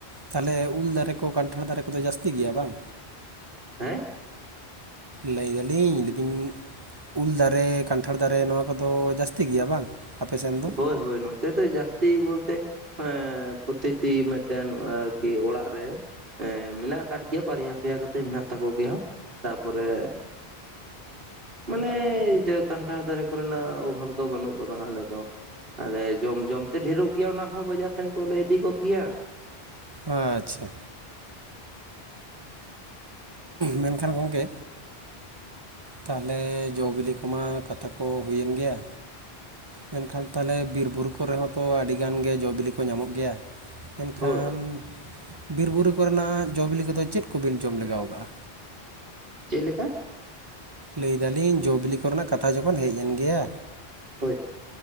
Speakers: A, on the right; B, on the right.
A: ᱛᱟᱦᱚᱞᱮ ᱩᱞ ᱫᱟᱨᱮ ᱠᱚ ᱠᱟᱱᱴᱷᱟᱲ ᱫᱟᱨᱮ ᱠᱚᱫᱚ ᱡᱟᱹᱥᱛᱤ ᱜᱮᱭᱟ ᱵᱟᱝ
B: ᱦᱮᱸ
A: ᱞᱟᱹᱭ ᱫᱟᱞᱤᱧ <inaudible> ᱩᱞ ᱫᱟᱨᱮ ᱠᱟᱱᱴᱷᱟᱲ ᱫᱟᱨᱮ ᱱᱚᱣᱟ ᱠᱚᱫᱚ ᱡᱟᱹᱥᱛᱤ ᱜᱮᱭᱟ ᱵᱟᱝ ᱟᱯᱮ ᱥᱮᱱ ᱫᱚ
B: ᱦᱳᱭ ᱦᱳᱭ ᱱᱚᱛᱮ ᱫᱚ ᱡᱟᱥᱛᱤ ᱵᱚᱞᱛᱮ ᱦᱮᱸ ᱯᱨᱚᱛᱤᱴᱤ ᱢᱤᱫᱴᱮᱱ ᱟᱨᱠᱤ ᱚᱲᱟᱜ ᱨᱮ ᱮᱸ ᱢᱮᱱᱟᱜ ᱟᱠᱟᱫ ᱜᱮᱭᱟ ᱵᱟᱨᱭᱟ ᱯᱮᱭᱟ ᱠᱟᱛᱮᱜ ᱢᱮᱱᱟᱜ ᱛᱟᱠᱚ ᱜᱮᱭᱟ᱾ ᱛᱟᱯᱚᱨᱮ ᱢᱟᱱᱮ ᱠᱟᱱᱴᱷᱟᱲ ᱫᱟᱨᱮ ᱠᱚᱨᱮᱱᱟᱜ ᱚᱵᱷᱟᱵᱽ ᱫᱚ ᱵᱟᱹᱱᱩᱜ ᱠᱟᱫᱟ ᱦᱟᱸᱜ ᱟᱞᱮ ᱫᱚ ᱟᱞᱮ ᱡᱚᱢ ᱡᱚᱢ ᱛᱮ ᱰᱷᱮᱨᱚᱜ ᱜᱮᱭᱟ ᱚᱱᱟ ᱦᱚᱸ ᱵᱟᱡᱟᱨ ᱥᱮᱱ ᱠᱚᱞᱮ ᱤᱫᱤ ᱜᱚᱫ ᱜᱮᱭᱟ᱾
A: ᱟᱪᱪᱷᱟ ᱢᱮᱱᱠᱷᱟᱱ ᱜᱚᱝᱠᱮ ᱛᱟᱦᱚᱞᱮ ᱡᱚ ᱵᱤᱞᱤ ᱠᱚᱢᱟ ᱠᱟᱛᱷᱟ ᱠᱚ ᱦᱩᱭᱮᱱ ᱜᱮᱭᱟ ᱢᱮᱱᱠᱷᱟᱱ ᱛᱟᱦᱚᱞᱮ ᱵᱤᱨ ᱵᱩᱨᱩ ᱠᱚᱨᱮ ᱦᱚᱸ ᱛᱚ ᱟᱹᱰᱤ ᱜᱟᱱ ᱜᱮ ᱡᱚ ᱵᱤᱞᱤ ᱠᱚ ᱧᱟᱢᱚᱜ ᱜᱮᱭᱟ? ᱢᱮᱱᱠᱷᱟᱱ
B: ᱦᱳᱭ
A: ᱵᱤᱨᱼᱵᱩᱨᱩ ᱠᱚᱨᱮᱱᱟᱜ ᱡᱚ ᱵᱤᱞᱤ ᱠᱚᱫᱚ ᱪᱮᱫ ᱠᱚᱵᱤᱱ ᱡᱚᱢ ᱞᱮᱜᱟᱣ ᱠᱟᱜ-ᱟ?
B: ᱪᱮᱫ ᱞᱮᱠᱟ
A: ᱞᱟᱹᱭ ᱫᱟᱞᱤᱧ ᱡᱚ ᱵᱤᱞᱤ ᱠᱚᱨᱮᱱᱟᱜ ᱠᱟᱛᱷᱟ ᱡᱚᱠᱷᱚᱱ ᱦᱮᱡ ᱮᱱ ᱜᱮᱭᱟ᱾
B: ᱦᱳᱭ